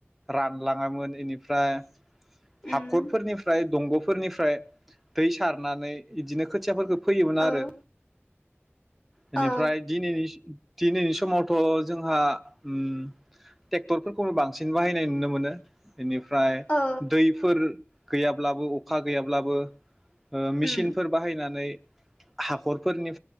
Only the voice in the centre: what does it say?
रानलाङामोन एनिफ्राय हाखरफोरनिफ्राय
दंग' फोरनिफ्राय दै सारनानै इदिनो खोथियाफोरखौ फोयोमोन आरो
बेनिफ्राय
दिनै दिनैनि समावथ' जोंहा ओम ट्रेक्टरफोरखौनो बांसिन बाहायनाय नुनो मोनो। बेनिफ्राय
दैफोर गैयाब्लाबो अखा गैयाब्लाबो ओ मेसिनफोर
बाहायनानै हाखरफोरनि